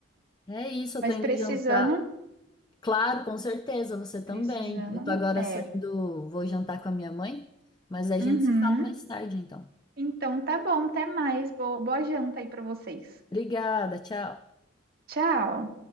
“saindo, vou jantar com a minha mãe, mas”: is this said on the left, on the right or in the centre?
Left